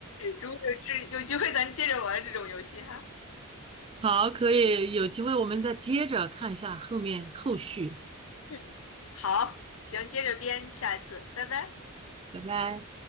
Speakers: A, on the left; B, on the right.
A: 如果有这有机会，咱接着玩这种游戏哈。
B: 好，可以，有机会我们再接着看一下后面后续，
A: 嗯，好，行，接着编，下一次，拜拜。
B: 拜拜。